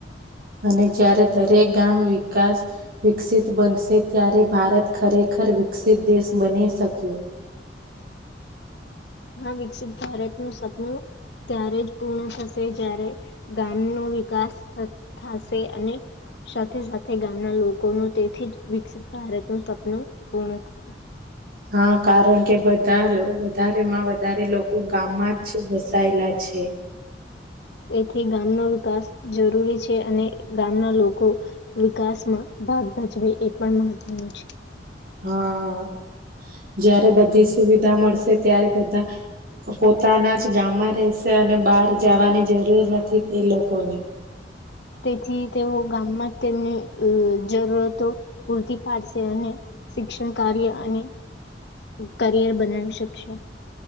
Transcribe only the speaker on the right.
અને જ્યારે દરેક ગામ વિકાસ વિકસિત બનશે ત્યારે ભારત ખરેખર વિકસિત દેશ બની શકે
હા કારણ કે બધા વધારેમાં વધારે લોકો ગામમાં જ વસાયેલા છે
હા જારે બધી સુવિધા મળશે ત્યારે બધા પોતાના જ ગામમાં રહેશે અને બહાર જવાની જરૂર નથી એ લોકોને